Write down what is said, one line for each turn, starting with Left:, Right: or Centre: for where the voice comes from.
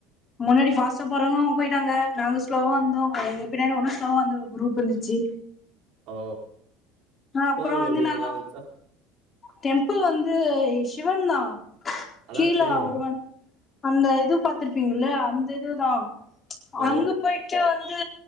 Left: முன்னாடி ஃபாஷ்டா போறாங்க போயிட்டாங்க நாங்க ஸ்லோவாந்தோ எங்க பின்னாடி உடு ஸ்லோவா வந்தோ குரூப் இருந்துச்சு
Right: ஓ
Left: அப்புறோ
Right: போயல
Left: வந்து
Right: எப்டி
Left: நாங்க
Right: நல்லார்ன்ச்சா
Left: டெம்பிள் வந்து சிவன் தா
Right: அதா
Left: கீழா
Right: தெரியு
Left: ஒருவன் அந்த இது பர்த்திருப்பீங்கல்லே அந்த இதுதா
Right: ஓ
Left: அங்க போயிட்டு வந் வந்து